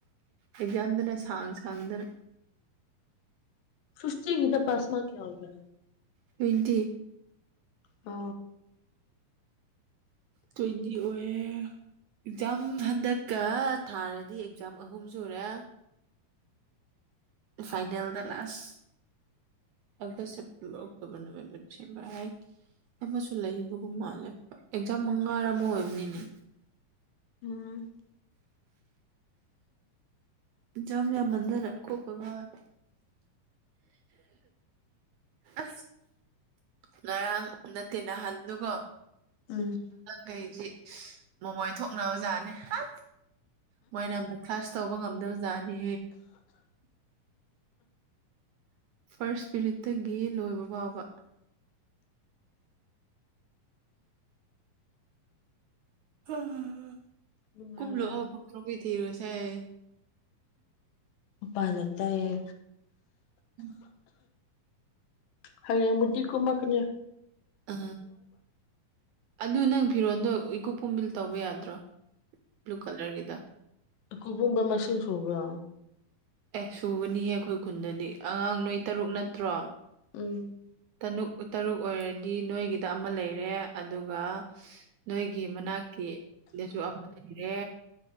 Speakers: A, on the right; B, on the left.
A: ꯑꯦꯛꯖꯥꯝꯗꯅ ꯁꯥꯡ ꯁꯥꯡꯗꯅ
B: <unintelligible> ꯁꯁꯇꯤꯒꯤꯗ ꯄꯥꯁꯃꯥ ꯀꯌꯥ ꯑꯣꯏꯒ
A: ꯇ꯭ꯋꯦꯟꯇꯤ
B: ꯑ
A: ꯇ ꯏꯗꯤ ꯑꯣꯏ ꯑꯦꯛꯖꯥꯝ ꯍꯟꯗꯛꯀ ꯊꯥꯔꯗꯤ ꯑꯦꯛꯖꯥꯝ ꯑꯍꯨꯝ ꯁꯨꯔꯦ ꯐꯥꯏꯅꯦꯜꯗ last August September October November December ꯍꯥꯏ ꯑꯃꯁꯨ ꯂꯩꯕꯒꯨꯝ ꯃꯥꯜꯂꯦ ꯑꯦꯛꯖꯥꯝ ꯃꯉꯥꯔ ꯑꯃ ꯑꯣꯏꯕꯅꯤꯅꯦ
B: ꯎꯝ
A: ꯌꯥꯝ ꯌꯥꯝ ꯃꯟꯊꯅ ꯀꯣꯛꯄ ꯉꯋꯣꯏ ꯑ ꯉꯔꯥꯡ ꯅꯠꯇꯦ ꯅꯍꯥꯟꯗꯨꯀꯣ
B: ꯎꯝ
A: ꯀꯩꯁꯤ ꯃꯣꯃꯣꯏ ꯊꯣꯛꯅꯕ ꯖꯥꯠꯅꯦ ꯍ ꯃꯣꯏꯅ ꯐꯔꯥꯁ ꯇꯥꯎꯧꯕ ꯉꯝꯗꯖꯥꯅꯤ ꯐꯥꯔꯁ ꯏꯁꯄꯤꯔꯤꯠꯇꯒꯤ ꯂꯣꯏꯕ ꯐꯥꯎꯕ ꯑ
B: ꯅꯨꯡꯉꯥꯏꯕ꯭ꯔꯥ
A: ꯀꯨꯝꯂꯣꯑꯣ ꯀꯇ꯭ꯔꯣ ꯄ ꯊꯤꯔꯣꯁꯥꯏ
B: ꯄꯥꯂ ꯇꯌꯦ
A: ꯎꯝ
B: ꯍꯥꯏꯌꯦ ꯃꯖꯤ ꯀꯨꯃ ꯀꯅꯤ
A: ꯑ ꯑꯗꯨꯗ ꯅꯪ ꯐꯤꯔꯣꯟꯜꯗꯣ ꯏꯀꯨꯞ ꯄꯨꯝꯕꯤꯜ ꯇꯧꯕ ꯌꯥꯗ꯭ꯔꯣ ꯕ꯭ꯂꯨ ꯀꯂꯔꯒꯤꯗ
B: ꯀꯕꯨꯝꯕ ꯃꯁꯤꯡꯁ ꯁꯕ꯭ꯔ
A: ꯑꯦ ꯁꯨꯕꯅꯤꯍꯦ ꯑꯩꯈꯣꯏ ꯈꯨꯟꯗꯗꯤ ꯑꯉꯥꯡ ꯅꯣꯏ ꯇꯔꯨꯛ ꯅꯠꯇ꯭ꯔꯣ
B: ꯎꯝ
A: ꯇꯨꯛ ꯇꯔꯨꯛ ꯑꯣꯏꯔꯗꯤ ꯅꯣꯏꯒꯤꯗ ꯑꯃ ꯂꯩꯔꯦ ꯑꯗꯨꯒ ꯅꯣꯏꯒꯤ ꯒꯤ ꯃꯅꯥꯛꯀꯤꯗꯁꯨ ꯑꯃ ꯂꯩꯔꯦ